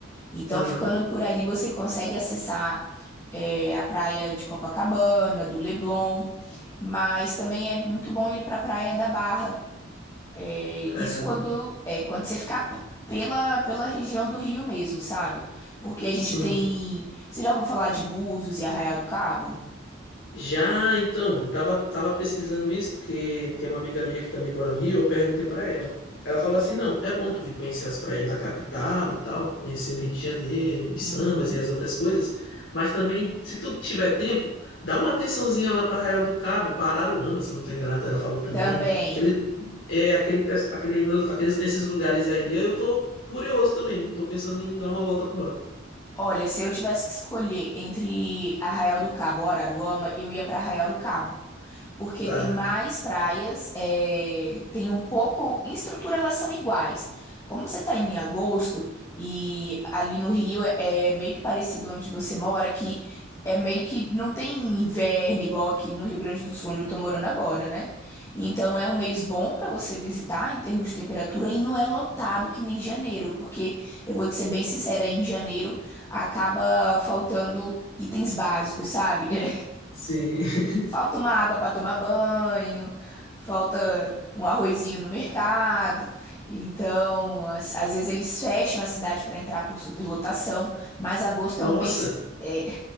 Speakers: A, on the left (about 15°); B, on the left (about 75°).
A: Então,
B: Aham.
A: ficando por ali, você consegue acessar é, a praia de Copacabana, do Leblon, mas também é muito bom ir para a praia da Barra. É,
B: Praia
A: isso
B: da Mar.
A: quando, é, quando você ficar p- pela, pela região do Rio mesmo, sabe? Porque a
B: Sim.
A: gente tem. Você já ouviu falar de Búzios e Arraial do Cabo?
B: Já então, eu tava, tava pesquisando isso, porque tem uma amiga minha que também mora no Rio, eu perguntei pra ela. Ela falou assim: não, é bom tu vir conhecer as praias da capital e tal, conhecer o Rio de Janeiro, os
A: Uhum.
B: sambas e as outras coisas, mas também, se tu tiver tempo, dá uma atençãozinha lá pra Arraial do Cabo, pra Araruama, se eu não tô enganado, ela falou também.
A: Também.
B: Aquele, é, aquele, pe- aquele, aqueles, esses lugares aí, eu tô curioso também, tô pensando em dar uma volta por lá.
A: Olha, se eu tivesse que escolher entre Arraial do Cabo ou Araruama, eu ia para Arraial do Cabo. porque
B: Tá,
A: tem mais praias, é, tem um pouco. Em estrutura elas são iguais. Como você está indo em agosto e ali no Rio é, é meio que parecido onde você mora, que é meio que não tem inverno igual aqui no Rio Grande do Sul, onde eu estou morando agora, né? Então é um mês bom para você visitar em termos de temperatura e não é lotado que nem janeiro, porque eu vou te ser bem sincera, em janeiro acaba faltando itens básicos, sabe? <laughs>
B: sim. <laughs>
A: falta uma água para tomar banho, falta um arrozinho no mercado. Então, às, às vezes eles fecham a cidade para entrar por superlotação, mas agosto
B: Nossa,
A: é um mês é, Pra